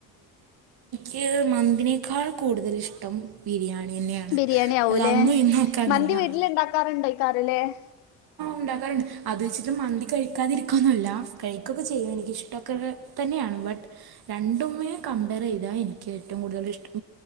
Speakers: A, on the right (about 50°); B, on the left (about 70°).
A: ഹ് മന് തിനേക്കാൾ കൂടുതല് ഇഷ്ടം ബിരിയാണിയന്നാണ്.
B: ബിരിയാണി ആവൂലേ
A: അഹ് അന്നും ഇന്നൊക്കെ അങ്ങനെയാണ്
B: മന്തി വീട്ടിൽ <unintelligible>
A: ഉണ്ടാക്കാറുണ്ട് അത് വെച്ചിട്ട് മന്തി കഴിക്കാതിരിക്കുന്നല്ല കഴിക്കൊക്കെ ചെയ്യും എനിക്ക് ഇഷ്ടം ഒക്കെ തന്നെയാണ് ബട്ട് രണ്ടുമേ കമ്പയർ ചെയ്താ എനിക്ക്- ഏറ്റവും കൂടുതൽ ഇഷ്ട്ടം